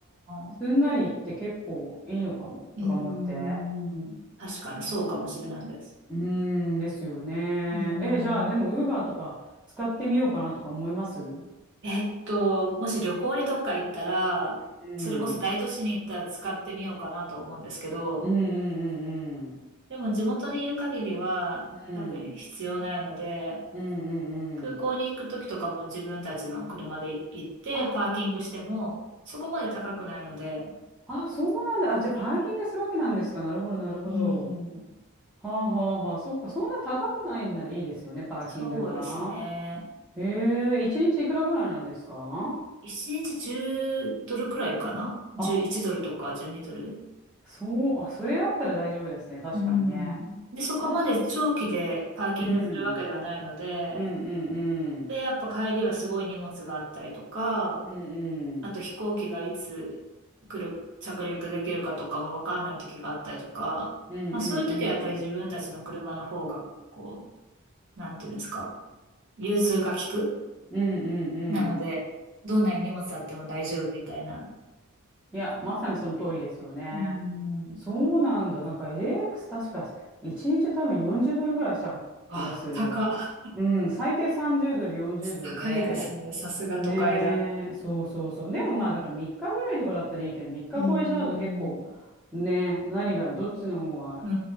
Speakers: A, in the centre; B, on the right.
A: すんなり行って結構いいのかも、
B: あ、うーん、
A: とか思って。
B: 確かにそうかもしれないです。
A: うーん、ですよね。
B: うーん、
A: え、じゃあ、でも、ウーバーとか使ってみようかなとか思いますう
B: えっと、もし旅行にどっか行ったら、
A: ん。
B: それこそ大都市に行ったら使ってみようかなと思うんですけど、
A: うんうんうん
B: でも地元にいる限りは多分必要ないので、
A: うん。うん。うんうんうん。
B: 空港に行く時とかも自分たちの車で行ってパーキングしてもそこまで高くないので、
A: ああ、そうなんだ。あ、じゃあパーキングするわけなんですか。なるほど、なるほど。
B: うん、
A: はあはあはあ。そっか、そんな高くないんならいいですよね、パーキングが。
B: そうですね。
A: へえ、一日いくらぐらいなんですか
B: 1日10ドルくらいかな ?11
A: あ、
B: ドルとか12ドル。
A: そう、あ、それだったら大丈夫ですね。確かにね。
B: うん。で、そこまで長期でパーキングするわけではないので、
A: たし、うん、うん、うん、
B: で、
A: うん、
B: やっぱ帰りはすごい荷物があったりとか、
A: うん、うん、
B: あと飛行機がいつ来る、着陸できるかとかもわからない時があったりとか、
A: うん、
B: まあ、
A: うん、
B: そういう時はやっぱり自分たちの車の方が、
A: うん、
B: こう、なんていうんですか、融通が利く
A: うん、うん、うん、
B: なので、どんなに荷物あっても大丈夫みたいな。
A: いや、まさにその通りですよね。
B: うーん。
A: そうなんだ。なんか LX 確か1日多分40ドルぐらいした気がする。
B: わあ、高、
A: うん、最低30ドル、40ドルで。
B: 高いですね。さすが都会だ。
A: ねえ、そうそうそう。でもまあだから3日ぐらいとかだったらいいけど、3日超えちゃうと結構、
B: うーん。
A: ねえ、何が、どっちの方が、
B: うー